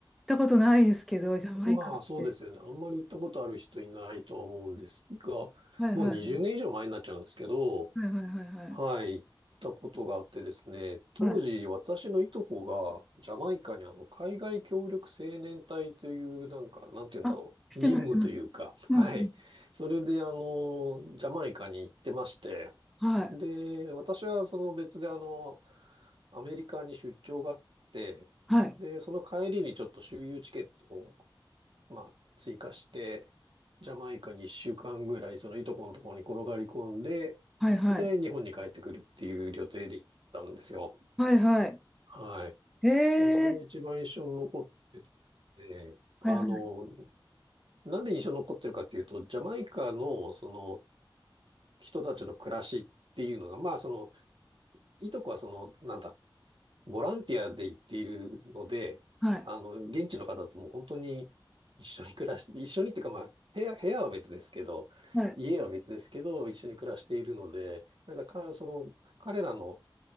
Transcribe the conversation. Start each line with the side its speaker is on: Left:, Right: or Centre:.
Centre: たことないですけど、ジャマイカって。
Right: まあそうですよね。あんまり行ったことある人いないと思うんですが、
Centre: はいはい、
Right: もう20年以上前になっちゃうんですけど、
Centre: はいはいはいはい。
Right: はい。行ったことがあってですね、当時私のいとこがジャマイカにあの海外協力青年隊というなんか、
Centre: はい。
Right: なんて言うんだろう。
Centre: あ、してます、
Right: 任務というか、
Centre: してます。うん、
Right: はい。
Centre: うん。
Right: それであの、ジャマイカに行ってまして、
Centre: はい、
Right: で、私はその別であの、アメリカに出張があって、
Centre: はい、
Right: で、その帰りにちょっと周遊チケットを、まあ、追加して、ジャマイカに1週間ぐらい、そのいとこのところに転がり込んで、
Centre: はいはい。
Right: で、日本に帰ってくるっていう予定で行ったんですよ。
Centre: はいはい。
Right: はい。
Centre: へえ、
Right: まあ、それが一番印象に残ってて、あの、
Centre: はいはい、
Right: なんで印象に残ってるかっていうと、ジャマイカのその人たちの暮らしっていうのが、まあその、いとこはその、なんだ、ボランティアで行っているので、
Centre: はい、
Right: あの、現地の方ともう本当に一緒に暮らして、一緒にっていうかまあ、部屋、部屋は別ですけど、
Centre: はい。
Right: 家は別ですけど、一緒に暮らしているので、なんかか、その、彼らの、